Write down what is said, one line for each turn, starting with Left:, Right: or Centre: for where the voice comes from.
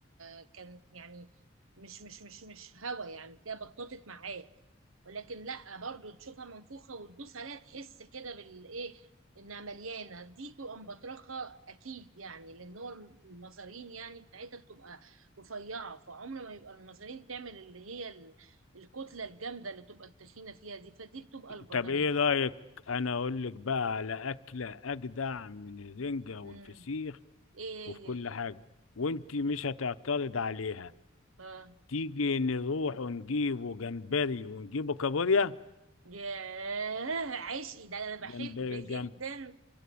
Right: آه، كان يعني مش مش مش مش هوا يعني تلاقيها بططت معاك ولكن لا برضه تشوفها منفوخة وتدوس عليها تحس كده بالايه انها مليانة دي تبقى مبطرخة اكيد يعني لان هو المصارين يعني بتاعتها بتبقى رفيعة فعمر ما يبقى المصارين تعمل اللي هي ال- الكتلة الجامدة اللي تبقى التخينة فيها دي فدي بتبقى البطاريخ
Left: طب ايه رأيك انا اقول لك بقى على اكلة اجدع من الرنجة والفسيخ
Right: امم ايه
Left: وفي كل
Right: هي؟
Left: حاجة وانتي مش هتعترض عليها
Right: اه
Left: تيجي نروح ونجيبه جمبري ونجيبه كابوريا
Right: ياه عشقي ده انا بحب
Left: جمبري
Right: جدا
Left: جم...